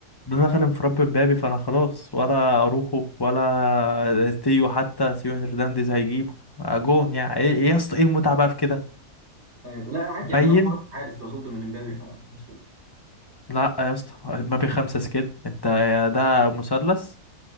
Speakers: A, on the left; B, on the right.
A: ده دخل انفراد مبابي فانا خلاص ولا اروخو ولا تيو حتى سيو هرنانديز هيجيبه آه، جون
B: مم.
A: يعني ايه إيه يا اسطى ايه المتعه بقى في كده
B: ايوه لا عادي
A: باين
B: يعني انا بحرك الحارس بصد من امبابي ما في مشكله
A: لا يا اسطى مبابي خمسه كده انت يا ده مثلث